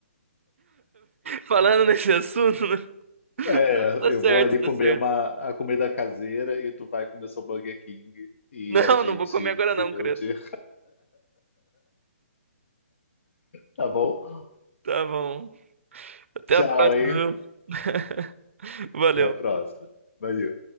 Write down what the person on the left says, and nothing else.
É,
eu vou ali
comer
uma, a comida caseira e tu vai comer seu Burger King e
a gente
se
vê
um dia, tá bom?
Tchau,
hein?
Até a próxima. Valeu.